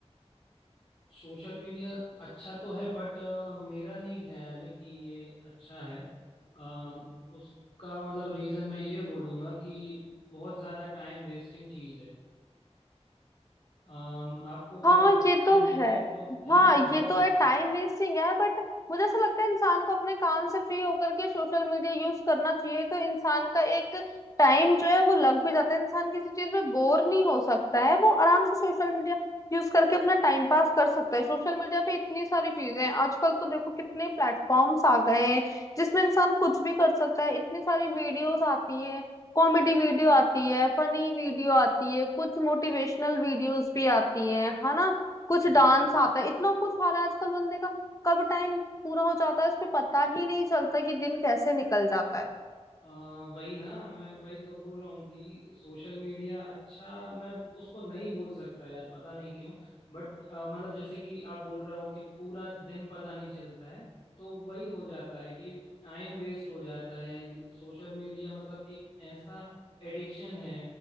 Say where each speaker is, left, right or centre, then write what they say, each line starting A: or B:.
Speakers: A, on the left (about 55°); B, on the left (about 30°).
A: Social media अच्छा तो है बट मेरा नहीं ख्याल है कि ये अच्छा है अम, उसका मतलब रीज़न मैं ये बोलूँगा कि बहुत ज़्यादा टाइम वेस्टिंग चीज़ है अम, आपको क्या
B: हाँ
A: लगता है
B: ये
A: टाइम
B: तो
A: वेस्टिंग
B: है
A: तो है
B: हाँ
A: ना बहुत
B: ये
A: ज़्यादा
B: तो है टाइम
A: है
B: वेस्टिंग है बट मुझे ऐसा लगता है इंसान को अपने काम से फ्री होकर के सोशल मीडिया यूज करना चाहिए तो इंसान का एक टाइम जो है वो लग भी जाता है इंसान किसी चीज में बोर नहीं हो सकता है वो आराम से सोशल मीडिया यूज करके अपना टाइम पास कर सकता है सोशल मीडिया पे इतनी सारी चीजें हैं आजकल तो देखो कितने प्लेटफॉर्म्स आ गए हैं जिसमें इंसान कुछ भी कर सकता है इतनी सारी वीडियोस आती हैं कॉमेडी वीडियो आती है फनी वीडियो आती है कुछ मोटिवेशनल वीडियोस भी आती है है ना कुछ
A: जी
B: डांस
A: जी
B: आता है इतना कुछ आ रहा है आजकल बंदे का कब टाइम पूरा हो जाता है उसमें पता ही नहीं चलता कि दिन कैसे निकल जाता है
A: आ, वही ना मैं वही तो बोल रहा हूँ कि सोशल मीडिया अच्छा मैं उसको नहीं बोल सकता यार पता नहीं क्यों बट मतलब जैसे कि आप बोल रहे हो कि पूरा दिन पता नहीं चलता है तो वही हो जाता है कि टाइम वेस्ट हो जाता है सोशल मीडिया मतलब एक ऐसा एडिक्शन है